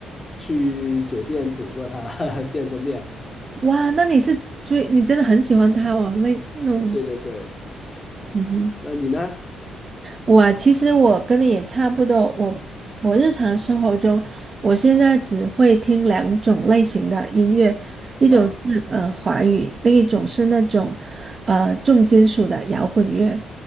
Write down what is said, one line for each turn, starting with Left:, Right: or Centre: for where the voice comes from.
Left: 去酒店堵过他，<laughs> 见过面。
Right: 哇，那你是追，你真的很喜欢他哦，那那种，
Left: 对对对，
Right: 嗯哼，
Left: 那你呢？
Right: 我啊，其实我跟你也差不多，我我日常生活中，我现在只会听两种类型的音乐，一种是呃华语，
Left: 啊，
Right: 另一种是那种呃重金属的摇滚乐。